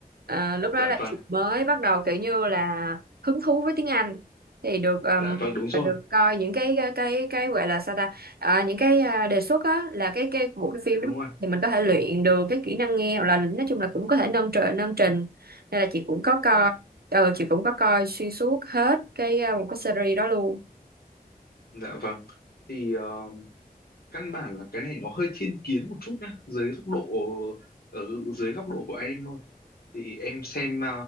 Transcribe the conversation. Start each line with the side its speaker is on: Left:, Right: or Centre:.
Right: Ờ, lúc
Left: dạ
Right: đó là
Left: vâng,
Right: chị mới bắt đầu kiểu như là hứng thú với tiếng Anh thì được ừm,
Left: dạ vâng đúng rồi,
Right: được coi những cái cái cái, cái gọi là sao ta Ờ, những cái à, đề xuất á là cái cái bộ cái phim
Left: dạ
Right: đó
Left: đúng rồi.
Right: thì mình có thể luyện được cái kỹ năng nghe hoặc là nói chung là cũng có thể nâng trình nâng trình nên là chị cũng có coi
Left: Dạ
Right: ờ chị cũng có coi xuyên suốt hết cái à, một cái series đó luôn
Left: Dạ vâng. Thì ờ, căn bản là cái này nó hơi thiên kiến một chút nhá, dưới góc độ ở dưới góc độ của em thôi. Thì em xem uh,